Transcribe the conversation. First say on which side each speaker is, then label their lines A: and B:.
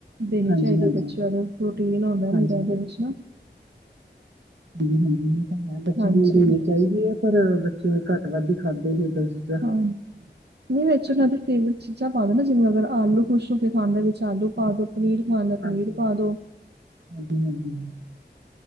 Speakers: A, on the right; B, on the right.
A: ਦੇਨੀ
B: ਹਾਂਜੀ
A: ਚਾਈਦੀ
B: ਹਾਂਜੀ
A: ਏ ਬੱਚਿਆਂ ਨੂੰ ਪ੍ਰੋਟੀਨ ਹੁੰਦਾ ਨਿਰਾ
B: ਹਾਂਜੀ
A: ਏਦੇ ਵਿੱਚ ਨਾ।
B: ਹਾਂਜੀ ਹਾਂਜੀ ਏ ਤਾਂ ਹੈ ਬੱਚਿਆਂ
A: ਹਾਂਜੀ
B: ਨੂੰ ਦੇਣੀ ਚਾਈਦੀ ਐ ਪਰ ਬੱਚੇ ਘੱਟ ਵੱਧ ਈ ਖਾਂਦੇ ਨੇ ਏਦਾ ਦੀ ਚੀਜਾਂ।
A: ਹਮ। <inaudible> ਨੀ ਵਿੱਚ ਉਨਾਂ ਦੀ ਫੇਵਰੇਟ ਚੀਜ਼ਾਂ ਪਾ ਦੋ ਨਾ ਜਿਵੇਂ ਅਗਰ ਆਲੂ ਖੁਛ ਹੋ ਕੇ ਖਾਂਦੇ ਵਿੱਚ ਆਲੂ ਪਾ ਦੋ। ਪਨੀਰ ਖਾਂਦਾ
B: ਹਾਂਜੀ
A: ਪਨੀਰ ਪਾ ਦੋ।
B: ਹਾਂਜੀ ਹਾਂਜੀ।